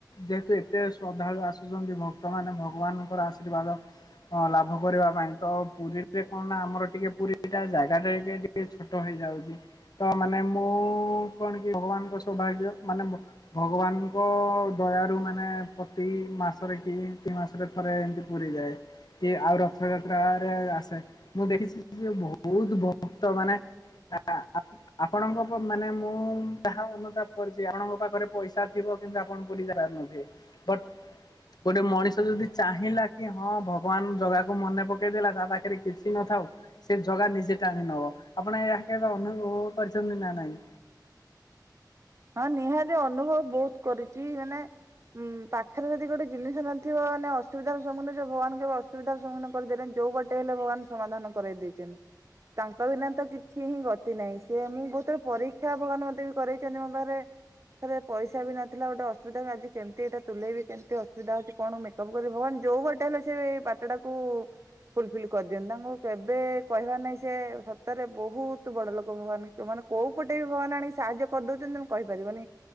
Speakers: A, on the left; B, on the right.
A: ଯେହେତୁ ଏତେ ଶ୍ରଦ୍ଧାଳୁ ଆସୁଛନ୍ତି ଭକ୍ତମାନେ ଭଗବାନଙ୍କର ଆଶୀର୍ବାଦ। ହଁ ଲାଭ କରିବା ପାଇଁ ତ ପୁରୀରେ କଣ ନା ଆମର ଟିକେ ପୁରୀ ଟା ଜାଗା ଦେଇକି ଟିକେ ଛୋଟ ହେଇଯାଉଛି ତ ମାନେ ମୁଁ କଣ କି ଭଗବାନଙ୍କ ସୌଭାଗ୍ୟ ମାନେ ମ ଭଗବାନଙ୍କ ଦୟାରୁ ମାନେ ପ୍ରତି ମାସରେ କି ଦି ମାସରେ ଥରେ ଏମିତି ପୁରୀ ଯାଏ। କି ଆଉ ରଥଯାତ୍ରାରେ ଆସେ ମୁଁ ଦେଖିଛି ଯେ ବହୁତ୍ ଭକ୍ତ ମାନେ ଆ ଆ ଆପଣଙ୍କ ମାନେ ମୁଁ ଯାହା ଅନୁତାପ କରିଛି ଆପଣଙ୍କ ପାଖରେ ପଇସ ପଇସା ଥିବ କିନ୍ତୁ ଆପଣ ପୁରୀ ଯାଇପାରୁନଥିବେ ବଟ୍ ଗୋଟେ ମଣିଷ ଯଦି ଚାହିଁଲା କି ହଁ ଭ ଭଗବାନ ଜଗାକୁ ମନେ ପକେଇ ଦେଲା ତା ପାଖରେ କିଛି ନଥାଉ। ସେ ଜଗା ନିଜେ ଟାଣି ନବ ଆପଣ ଏହା କେବେ ଅନୁଭବ କରିଛନ୍ତି ନା ନାଇଁ?
B: ହଁ ନିହାତି ଅନୁଭବ ବହୁତ୍ କରିଛି ମାନେ ହୁଁ ପାଖରେ ଯଦି ଗୋଟେ ଜିନିଷ ନଥିବ ମାନେ ଅସୁବିଧାର ସମ୍ମୁଖୀନ ରେ ଯିବ ଭଗବାନ କେବେ ଅସୁ ସୁବିଧାର ସମ୍ମୁଖୀନ କରିଦେଲେନି ଯୋଉ ବାଟେ ହେଲେ ଭଗବାନ ସମାଧାନ କରେଇ ଦେଇଛନ୍ତି। ତାଙ୍କ ବିନା ତ କିଛି ହିଁ ଗତି ନାହିଁ ସେ ମୁଁ ବହୁତ ପରୀକ୍ଷା ଭଗବାନ ମତେ ବି କରେଇ <unintelligible> ମୋ ପାଖରେ ପାଖରେ ପଇସା ବି ନଥିଲା ଗୋଟେ ଅସୁବିଧା ଆଜି କେମିତି ଏଟା ତୁଲେଇି ବି କେମତି ଅସୁବିଧା ହଉଛି କଣ ମେ ସବୁ କରି ଭଗବାନ ଯୋଉ ବାଟେ ହେଲେ ସେ ବାଟଟାକୁ ଫୁଲଫିଲ୍ କରିଦିଅନ୍ତି ତାଙ୍କୁ କେବେ କହିବା ନାଇଁ ସେ ସତରେ ବହୁତ୍ ବଡ ଲୋକ ଭଗବାନ୍ ତ ମାନେ କୋଉ ପଟେ ବି ଭାଗବାନ୍ ଆଣି ସାହାଯ୍ୟ କରିଦଉଛନ୍ତି ତମ କହିପାରିବନି